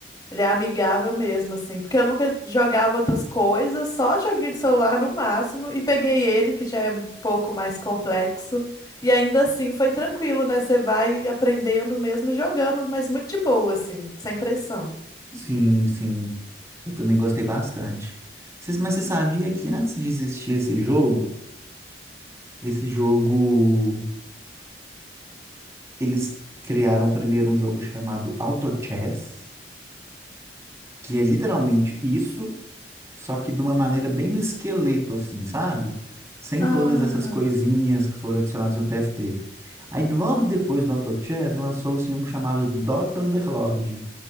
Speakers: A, on the left; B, on the right.
A: Ele é amigável mesmo, assim. Porque eu nunca jogava outras coisas, só joguinho de celular no máximo. E peguei ele, que já é um pouco mais complexo. E ainda assim foi tranquilo, né? Você vai aprendendo mesmo jogando, mas muito de boa, assim, sem pressão.
B: Sim, sim. Eu também gostei bastante. Cês- Mas você sabia que antes de existir esse jogo, esse jogo, eles criaram primeiro um jogo chamado Auto Chess, que é literalmente isso, só que de uma maneira bem no esqueleto, assim, sabe? Sem
A: Ah,
B: todas essas coisinhas que foram adicionadas no TFT. Aí logo depois do Auto Chess, lançou-se um chamado Dota Underlord,